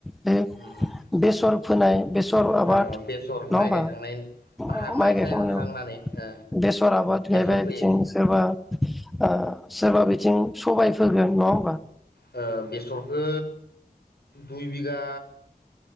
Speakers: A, in the centre; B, on the left (about 85°).
A: बे-बेसर
B: उम
A: फोनाय बे - सर आबाद
B: ओ बेसर माइ
A: नङा होमबा
B: गायखांनायनि माइसाय
A: माइ गायखांनायाव
B: हाखांनानै ओ
A: बेसर आबाद
B: बेसर
A: गायबाय
B: फोयो
A: बिथिं
B: ओ
A: सोरबा ओ सोरबा बिथिं सबाय फोगोन नङा ओमबा?
B: ओ बेसरखो दुइ बिघा